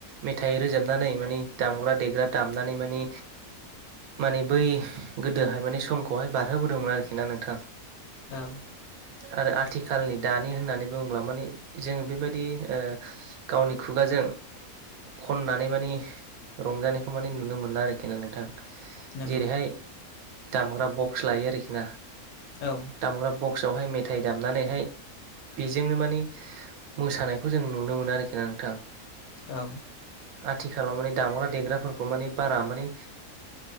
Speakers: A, on the right; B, on the left.
A: मेथाइ रोजाबनानै मानिे दामग्रा देग्रा दामदनानै मानि माने बै गोदोहाय माने समखौहाय बारहोबोदोंमोन आरोखि ना नोंथां।
B: औ ‌
A: आरो आथिखालनि दानि होननानै बुङोब्ला माने जोंङो बेबायदि गावनि खुगाजों खननानै मानि रंजानायखौ मानिे नुनो मोना आरोखि ना नोंथां
B: नंगौ
A: जेरैहाय दामग्रा बक्स लायो आरोखि ना
B: औ
A: दामग्रा बक्स बक्सआवहाय मेथाइ दामनानैहाय बेजोंनो मानि मोसानायखौ जों नुनो मोनो आरोखि ना नोंथां
B: औ
A: आथिखालाव माने दामग्रा देग्राफोरखौ माने बारा माने